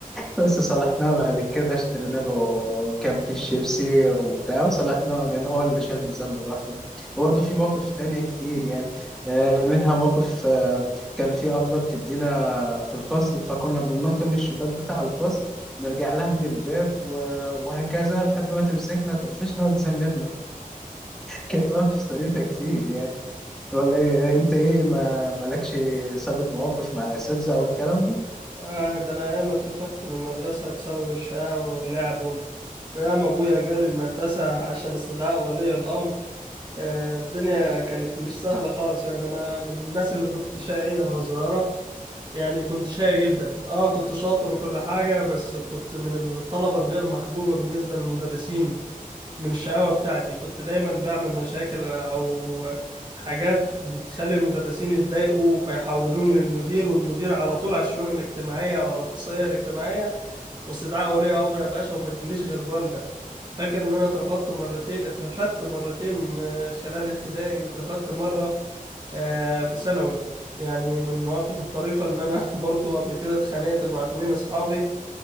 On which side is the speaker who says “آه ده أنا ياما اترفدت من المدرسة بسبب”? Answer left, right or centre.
Right